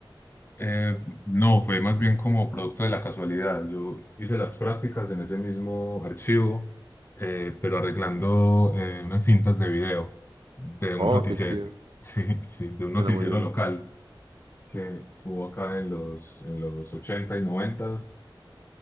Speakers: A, on the left; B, on the right.
A: Eh, no, fue más bien como producto de la casualidad. Yo hice las prácticas en ese mismo archivo, eh, pero arreglando eh, unas cintas de video de un
B: Oh,
A: noticiero,
B: qué chido.
A: <laughs> sí, sí, de un noticiero
B: Suena muy bien.
A: local que hubo acá en los, en los 80 y 90,